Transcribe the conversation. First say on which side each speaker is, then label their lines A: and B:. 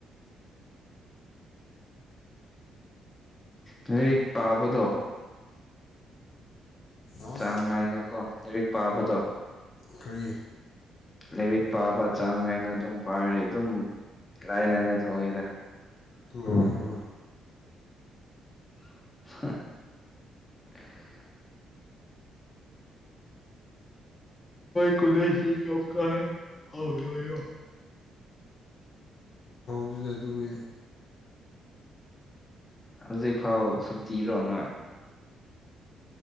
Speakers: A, on the left (about 20°); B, on the left (about 60°).
A: ꯉꯔꯤ ꯄꯥꯕꯗꯣ
B: ꯑꯥ
A: ꯆꯥꯡ ꯅꯥꯏꯅꯀꯣ ꯂꯥꯏꯔꯤꯛ ꯄꯥꯕꯗꯣ
B: ꯀꯔꯤ
A: ꯂꯤꯔꯤꯛ ꯄꯥꯕ ꯆꯥꯡ ꯅꯥꯏꯅ ꯑꯗꯨꯝ ꯄꯥꯔꯤ ꯑꯗꯨꯝ ꯏꯂꯥꯏ ꯂꯥꯏꯅ ꯊꯣꯛꯑꯦꯗ
B: ꯅꯨꯡꯉꯥꯏꯕ
A: <unintelligible> ꯀꯂꯁꯤ ꯀ ꯀ ꯍꯥꯎ ꯌꯣ
B: ꯗꯨꯗꯗꯨꯒꯤ
A: ꯍꯧꯖꯤꯛ ꯐꯥꯎ ꯁꯨꯇꯤꯔ ꯅꯣꯏ